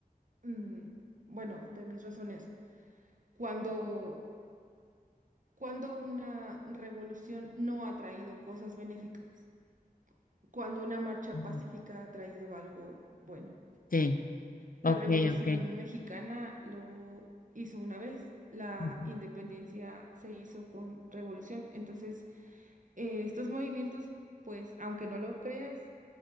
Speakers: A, on the right (about 55°); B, on the left (about 65°).
A: mm, bueno, de mis razones. Cuando, cuando una revolución no ha traído cosas benéficas. cuando una marcha
B: Ujú.
A: pacífica ha traído algo bueno.
B: Sí,
A: La
B: ok,
A: Revolución
B: ok.
A: Mexicana lo hizo una vez, la
B: Ujú.
A: independencia se hizo con revolución. Entonces, eh, estos movimientos, pues, aunque no lo creas,